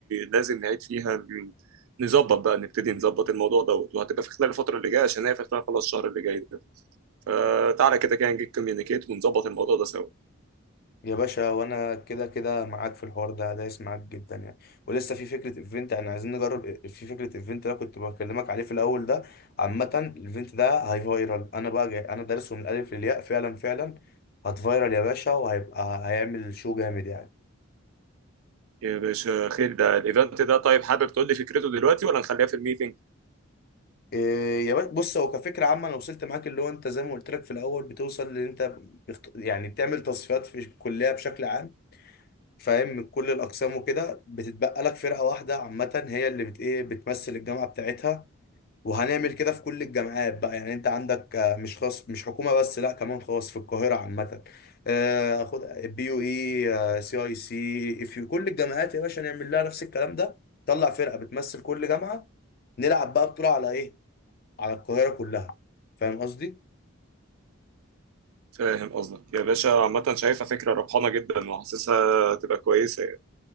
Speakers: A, on the right; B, on the left.
A: لازم نعيد فيها ال- نظبط بقى نبتدي نظبط الموضوع دوت وهتبقى في خلال الفترة اللي جاية عشان هي في خلال خلاص الشهر اللي جاي ده فتعالى كده كده نجيب كوميونيكيت ونظبط الموضوع ده سوا
B: يا باشا وانا كده كده معاك في الحوار ده دايس معاك جدا يعني ولسه في فكره ايفنت يعني عايزين نجرب في فكره ايفنت ده كنت بكلمك عليه في الاول ده عامه الايفنت ده هاي فايرال انا بقى جاي انا دارسه من الالف للياء فعلا فعلا هتفايرال يا باشا وهيبقى هيعمل شو جامد يعني
A: يا باشا خير ده الايفنت ده طيب حابب تقول لي فكرته دلوقتي ولا نخليها في الميتنج
B: إيه يا باشا بص هو كفكره عامه انا وصلت معاك اللي هو انت زي ما قلت لك في الاول بتوصل ان انت بخت... يعني بتعمل تصفيات في الكليه بشكل عام فاهم من كل الاقسام وكده بتتبقى لك فرقه واحده عامه هي اللي بت ايه بتمثل الجامعه بتاعتها وهنعمل كده في كل الجامعات بقى يعني انت عندك آه، مش خاص مش حكومه بس لا كمان خاص في القاهره عامه آه، خد بي يو اي سي اي سي في كل الجامعات يا باشا نعمل لها نفس الكلام ده طلع فرقه بتمثل كل جامعه نلعب بقى بطوله على ايه على القاهره كلها فاهم قصدي
A: فاهم قصدك يا باشا عامة شايفها فكرة ربحانة جدا وحاسسها هتبقى كويسة يعني